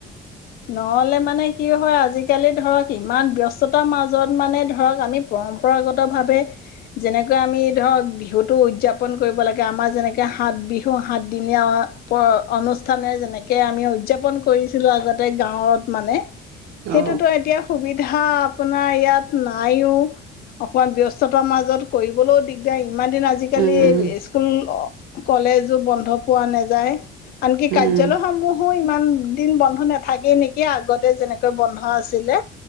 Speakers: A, on the left; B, on the right.
A: নহ'লে মানে কি হয় আজিকালি ধৰক ইমান ব্যস্ততাৰ মাজত মানে ধৰক আমি পৰম্পৰাগতভাৱে যেনেকৈ আমি ধৰক বিহুটো উদযাপন কৰিব লাগে। আমাৰ যেনেকৈ সাত বিহু, সাতদিনীয়া অনুষ্ঠানে যেনেকে আমি উদযাপন কৰিছিলোঁ আগতে গোটেই গাঁৱত মানে সেইটোতো
B: অ
A: এতিয়া সুবিধা হাঁ, আপোনাৰ ইয়াত নাইও। অকণমান ব্যস্ততাৰ মাজত কৰিবলৈও দিগদাৰ ইমান দিন আজি কালি
B: উম উম
A: স্কুল অ কলেজো বন্ধ পোৱা নাযায় আনকি
B: উম
A: কাৰ্যালয়সমূহো ইমান দিন বন্ধ নেপ থাকে নেকি, আগতে যেনেকৈ বন্ধ আছিলে